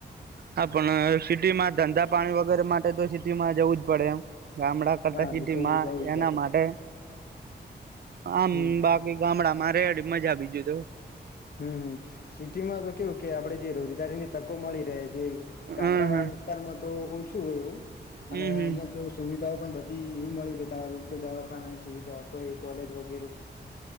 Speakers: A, on the right (about 60°); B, on the left (about 60°).
A: હા પણ સિટીમાં ધંધા પાણી વગેરે માટે તો સિટીમાં જવું જ પડે એમ ગામડા કરતા
B: હા
A: સિટી
B: એ તો
A: માં
B: જવું જ પડે
A: એના માટે આમ
B: હમ
A: બાકી ગામડા માં રેડી મજા બીજું તો
B: હમ સિટીમાં તો કેવું કે આપડે જે રોજગારીની તકો મળી રહે છે ગામડા
A: હમ હમ
B: વાળા તો ઓછું હોય
A: હમ
B: અને અહીંયા તો સુવિધાઓ પણ બધી એ મળી રહેતા કોઈ દવાખાનાની સુવિધા કોઈ કોલેજ વગેરે